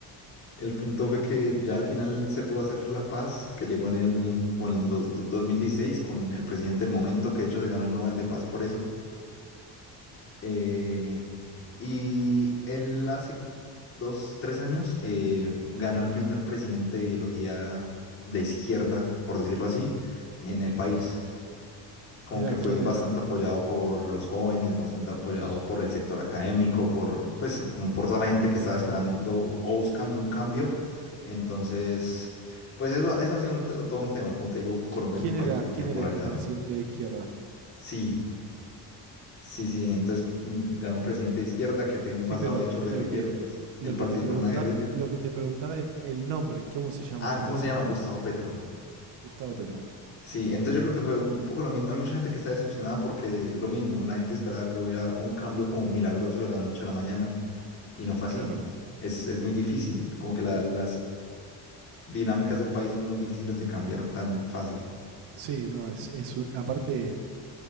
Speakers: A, on the left; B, on the right.
A: El punto fue que ya al final se pudo hacer la paz que llegó en el, con el dos- dos dos mil dieciséis con el presidente del momento, que de hecho se ganó el Nobel de Paz por eso. Eh, y él hace dos, tres años eh, ganó el primer presidente de ideología de izquierda, por decirlo así, en el país. Como
B: Mirá,
A: que fue
B: ¿quién
A: bastante
B: era?
A: apoyado por los jóvenes, bastante apoyado por el sector académico, por, pues sí, como por toda la gente que estaba esperando o buscando un cambio. Entonces, pues eso, eso ha sido un t- todo un tema. Como te digo, Colombia
B: Qui- ¿Quién
A: es un país
B: era,
A: demasiado
B: quién era
A: polarizado.
B: este presidente de izquierda?
A: Sí. Sí, sí, entonces mm, ganó un presidente de izquierda que tenía un
B: Sí,
A: pasado
B: pero
A: de hecho
B: eh,
A: guerrillero,
B: lo que,
A: pues
B: lo
A: él participó
B: que te pregunta,
A: en una guerrilla.
B: lo que te preguntaba es el nombre, ¿cómo se llama
A: Ah,
B: este
A: ¿cómo
B: presidente?
A: se llama? Gustavo Petro.
B: Gustavo Petro.
A: Sí, entonces yo creo que fue un poco lo mismo. Hay mucha gente que está decepcionada porque lo mismo, la gente esperaba que hubiera un cambio como milagroso de la noche a la mañana y no fue así.
B: Claro.
A: Es, es muy difícil, como que la- las dinámicas de un país son muy difíciles de cambiar tan fácil.
B: Sí, no, es, es un- aparte,